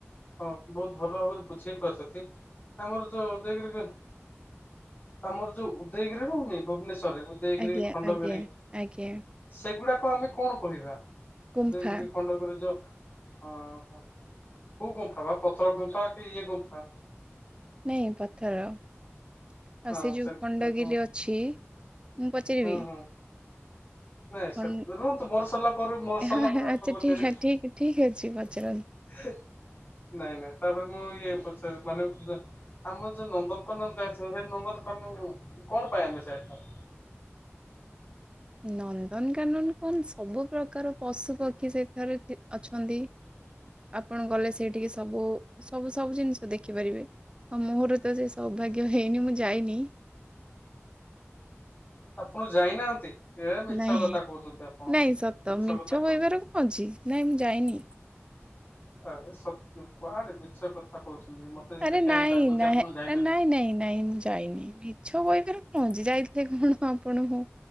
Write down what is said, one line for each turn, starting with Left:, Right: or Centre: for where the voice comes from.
Left: ହଁ ବହୁତ ଭଲ ଭାବରେ ବୁଝେଇ ପାରୁଛନ୍ତି। ଆମର ଯୋଉ ଉଦେୟଗିରିରେ ଆମର ଯୋଉ ଉଦୟଗିରି ରହୁନି ଭୁବନେଶ୍ଵରରେ ଉଦୟଗିରି
Right: ଆଜ୍ଞା
Left: ଖଣ୍ଡଗିରି
Right: ଆଜ୍ଞା ଆଜ୍ଞା
Left: ସେଗୁଡାକ ଆମେ କଣ କହିବା
Right: ଗୁମ୍ଫା
Left: ଉଦୟଗିରି ଖଣ୍ଡଗିରି ଯାଉ। ହଁ ହୋ କୋଉ ଗୁମ୍ଫା ବା ପଥର ଗୁମ୍ଫା କି ଇଏ ଗୁମ୍ଫା।
Right: ନାଇଁ ପଥର ଆଉ
Left: ହଁ
Right: ସେ ଯୋଉ
Left: ସେମିତି
Right: ଖଣ୍ଡଗିରି
Left: ତ ହଁ
Right: ଅଛି ମୁଁ ପଚାରିବି।
Left: ହୁଁ ହୁଁ ନାଇଁ ସେଠା
Right: ଖଣ୍ଡ
Left: ତ ରୁହନ୍ତୁ ମୋର ସରିଲା ପରେ ମୋର ସରିଲା
Right: ହଁ
Left: ପରେ
Right: ହଁ,
Left: ଆପଣ
Right: ଆଚ୍ଛା
Left: ପଚାରିବେ।
Right: ଠିକ ଠିକ ଠିକ ଅଛି ପଚାରନ୍ତୁ।
Left: ହେ ନାଇଁ ନାଇଁ ତାପରେ ମୁଁ ଇଏ ପଚାରୁ ମାନେ ଆମର ଯୋଉ ନନ୍ଦନକନ ଯାଇଥାଉ ସେ ନନ୍ଦନକନ କଣ ପାଇଁ ଆମେ ଯାଇଥାଉ?
Right: ନନ୍ଦନକାନନ କଣ ସବୁ ପ୍ରକାର ପଶୁପକ୍ଷୀ ସେଠାରେ ଅଛନ୍ତି।
Left: ହଁ <unintelligible>
Right: ଆପଣ ଗଲେ ସେଠିକେ ସବୁ ସବୁ ସବୁ ଜିନିଷ ଦେଖିପାରିବେ। ହଁ ମୋର ତ ସେ ସୌଭାଗ୍ୟ ହେଇନି ମୁଁ ଯାଇନି
Left: ଆପଣ ଯାଇନାହାନ୍ତି। ଏ ମିଛ
Right: ନାଇଁ
Left: କଥା କହୁଛନ୍ତି ଆପଣ
Right: ନାଇଁ ସତ ମିଛ
Left: କଥା କହୁ
Right: କହିବାର କଣ ଅଛି। ନାଇଁ ମୁଁ ଯାଇନି।
Left: ଆରେ ସତ କୁଆଡରେ ମିଛ କଥା କହୁଛନ୍ତି ମତେ। ଯଦି
Right: ଆରେ
Left: କାହିଁ
Right: ନାଇଁ
Left: ଲାଗୁଛି
Right: ନାଇଁ
Left: ଆପଣ ଯାଇଛନ୍ତି
Right: ନାଇଁ ନାଇଁ ନାଇଁ ମୁଁ ଯାଇନି ମି ଛ କହିବାର କଣ ଅଛି। ଯାଇଥିଲେ କଣ ଆପଣଙ୍କୁ